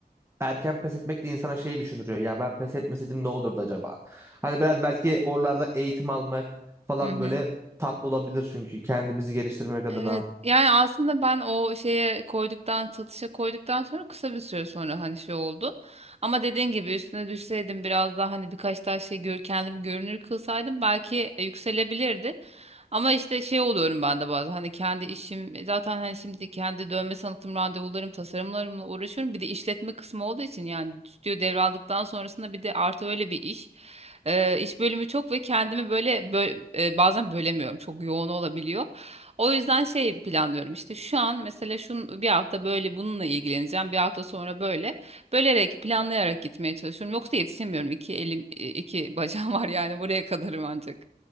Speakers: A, on the right (about 15°); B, on the right (about 40°).
A: erken pes etmek de insana şeyi düşündürüyor. Ya ben pes etmeseydim ne olurdu acaba? Hani biraz belki oralarda eğitim almak falan
B: Hı hı.
A: böyle tatlı olabilir çünkü kendimizi geliştirmek adına.
B: Evet yani aslında ben o şeye koyduktan satışa koyduktan sonra kısa bir süre sonra hani şey oldu. Ama dediğin gibi üstüne düşseydim biraz daha hani birkaç tane şey gör, kendim görünür kılsaydım belki yükselebilirdi. Ama işte şey oluyorum ben de bazen hani kendi işim e, zaten hani şimdi kendi dövme sanatım randevularım tasarımlarımla uğraşıyorum. Bir de işletme kısmı olduğu için yani stüdyo devraldıktan sonrasında bir de artı öyle bir iş. Ee, iş bölümü çok ve kendimi böyle bö- e, bazen bölemiyorum çok yoğun olabiliyor. O yüzden şey planlıyorum işte şu an mesela şun bir hafta böyle bununla ilgileneceğim bir hafta sonra böyle bölerek planlayarak gitmeye çalışıyorum yoksa yetişemiyorum iki elim e, iki bacağım var yani buraya kadarım ancak.